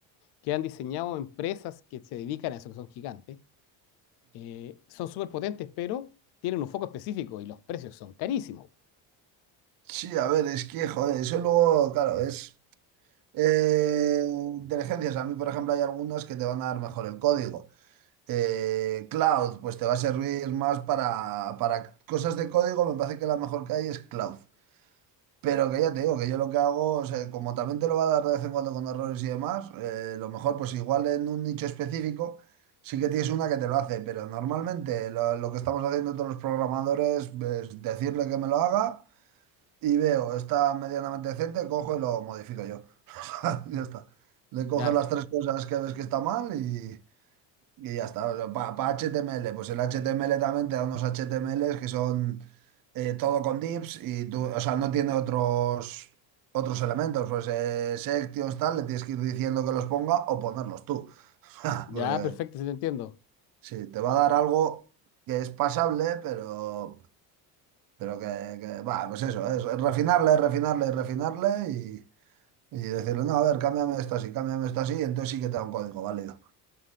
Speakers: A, on the left; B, on the right.
A: que han diseñado empresas que se dedican a eso, que son gigantes, eh, son súper potentes, pero tienen un foco específico y los precios son carísimos.
B: Sí, a ver, es que, joder, eso luego, claro, es eh, inteligencias. A mí, por ejemplo, hay algunas que te van a dar mejor el código. Eh, cloud, pues te va a servir más para, para cosas de código, me parece que la mejor que hay es cloud. Pero que ya te digo, que yo lo que hago, o sea, como también te lo va a dar de vez en cuando con errores y demás, eh, lo mejor pues igual en un nicho específico sí que tienes una que te lo hace, pero normalmente lo, lo que estamos haciendo todos los programadores es decirle que me lo haga y veo, está medianamente decente, cojo y lo modifico yo. <laughs> O sea, Ya está. Le coges
A: Ya,
B: las tres cosas que ves que está mal y... Y ya está, para HTML, pues el HTML también te da unos HTMLs que son eh, todo con divs y tú, o sea, no tiene otros, otros elementos, pues eh, sections, tal, le tienes que ir diciendo que los ponga o ponerlos tú. <laughs>
A: ya,
B: Porque
A: perfecto, sí te entiendo.
B: sí, te va a dar algo que es pasable, pero, pero que, que, va, pues eso, es refinarle, refinarle, refinarle y, y decirle, no, a ver, cámbiame esto así, cámbiame esto así, y entonces sí que te da un código válido.